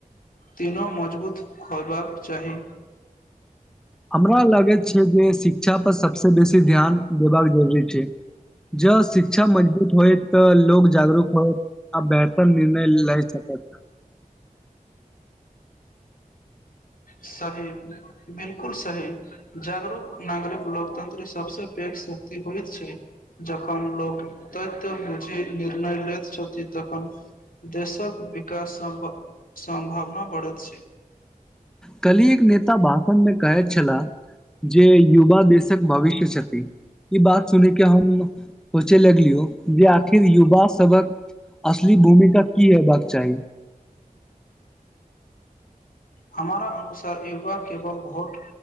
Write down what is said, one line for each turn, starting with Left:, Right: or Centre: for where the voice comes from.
Left: तीनो मजबूत होबाक चाही।
Centre: हमरा लागै छिये जे शिक्षा पर सबसे बेसी ध्यान देबाक जरुरी छै। ज शिक्षा मजबूत होय तऽ लोग जागरूक हो आ बेह तर निर्णय लै सकैत।
Left: सही बिलकुल सही जागरूक नागरिक लोकतंत्र सबसे पैघ शक्ति होएत छै, जखन लोक तथ्य बुझे निर्णय लैत छथिन, तखन देशक विकास सम सम्भावना बढ़ैत छै।
Centre: कलि एक नेता भाषण मे कहै छ ला, जे युवा देशक भविष्य छथिन, ई बात सुन के हम सोचे लगलियौ जे आखिर युवा सबक असली भूमिका की हेबाक चाही।
Left: हमारा अनुसार युवा केवल भोट